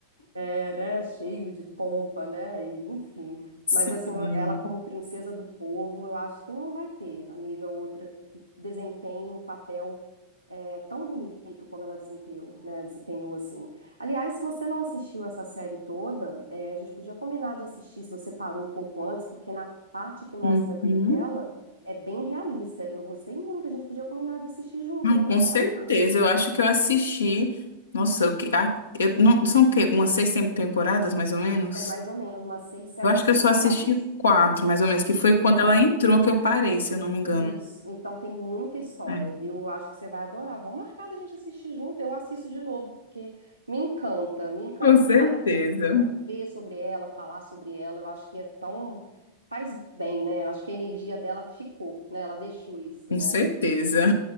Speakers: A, on the right; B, on the left.
A: é, né, cheio de pompa, né? E, enfim.
B: <laughs> Sim.
A: Mas assim, ela como princesa do povo, eu acho que não vai ter, amiga, outra que desempenhe o papel É tão bonito como ela desempenhou, né? Desempenhou assim. Aliás, se você não assistiu essa série toda, é, a gente podia combinar de assistir se você parou um pouco antes, porque na parte que mostra
B: Uhum.
A: a vida dela é bem realista. Eu gostei muito, a gente podia combinar de assistir junto.
B: Não,
A: O que
B: com
A: que você
B: certeza.
A: acha?
B: Eu acho que eu assisti. Nossa, eu, que- ah, eu, não, são o quê? Umas seis tem- temporadas, mais ou menos?
A: É mais ou menos umas seis, sete
B: Eu acho que eu só
A: temporadas.
B: assisti quatro, mais ou menos, que foi
A: Então,
B: quando ela entrou que eu parei, se eu não me engano.
A: Isso, então tem muita história,
B: É.
A: viu? Eu Acho que você vai adorar. Vamos marcar da gente assistir junto. Eu assisto de novo, porque me encanta, me encanta
B: Com certeza.
A: fa- assim, ver sobre ela, falar sobre ela. Eu acho que é tão. Faz bem, né? Eu acho que a energia dela ficou, né? Ela deixou isso,
B: Com
A: né?
B: certeza.